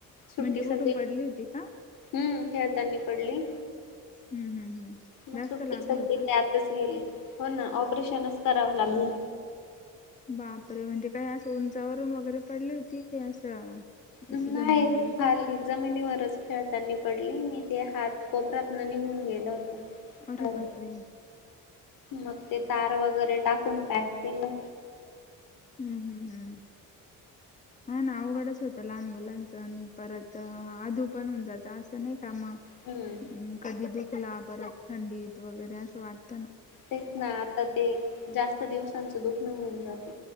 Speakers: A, on the left; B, on the left.
A: सुट्टी
B: म्हणजे कुठून
A: सगळी
B: पडली होती का?
A: हम्म खेळतानी पडली?
B: हम्म हम्म हम्म.
A: मग
B: जास्त
A: सुट्टी
B: लागलं
A: सगळी
B: होतं.
A: त्यातच गेली. हो ना. ऑपरेशनच करावं लागल.
B: बापरे म्हणजे काय अस उंचावरून वगैरे पडली होती की असं असं
A: नाही.
B: जमिनीवरच
A: खाली जमिनीवरच खेळतानी. पडली नाही ते हात कोपरातन निघून गेलं.
B: अरे
A: हाड
B: बाप रे!
A: मग ते तार वगैरे टाकून पॅक केलं.
B: हम्म हम्म हम्म. हा ना अवघडच होतं लहान मुलांच आणि परत आधू पण होऊन जात असं नाही का मग
A: हम्म
B: कधी दुखला परत थंडीत वगैरे असं वाट
A: तेच ना आता ते जास्त दिवसांचं दुखण नाही घेऊन जात.